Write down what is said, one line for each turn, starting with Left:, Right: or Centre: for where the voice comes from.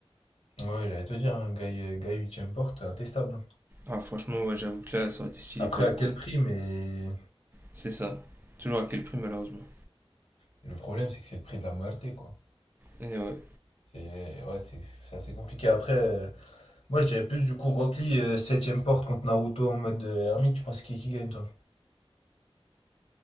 Left: ouais, j'allais te dire, hein, Guy, euh, Guy huitième porte, intestable.
Right: Ah, franchement, ouais, j'avoue que là, ça aurait été stylé
Left: Après,
Right: pour le
Left: à
Right: coup.
Left: quel
Right: hein.
Left: prix? Mais
Right: C'est ça. Toujours à quel prix, malheureusement.
Left: le problème, c'est que c'est le prix de la muerte, quoi.
Right: Et ouais.
Left: C'est ouais, c'est c'est assez compliqué. Après, euh, moi, je dirais plus du coup Rock Lee, euh, septième porte contre Naruto en mode euh, Hermite. Tu penses qui, qui gagne, toi?